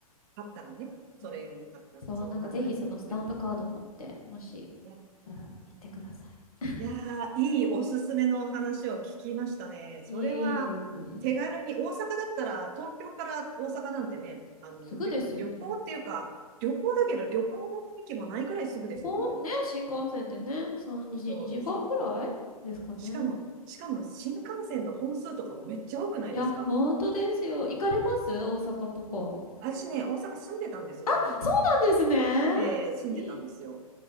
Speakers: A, on the right (about 30°); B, on the left (about 70°).
A: 買ったらね、それ用に買ったら、
B: うんそう、
A: そんなくらいするんですか。
B: なんかぜひそのスタンプカード持って、もし
A: ね、
B: たら行ってください。
A: いやー、いいおすすめのお話を聞きましたね。それは、
B: いえいえ。
A: 手軽に、大阪だったら、東京から大阪なんてね、あの、
B: すぐですよね。
A: りょ旅行っていうか、旅行だけど旅行の雰囲気もないくらいすぐですもんね。
B: ほんね、新幹線でね、3、2、
A: そう、
B: 2時間ぐらいですかね。
A: 一通り。しかも、しかも新幹線の本数とかもめっちゃ多くないですか
B: いや、本当ですよ。行かれます大阪とか。そ
A: 私ね、大阪住んでたんです、前に。
B: うなんですね。え
A: えー住んでたんですよ。
B: ー、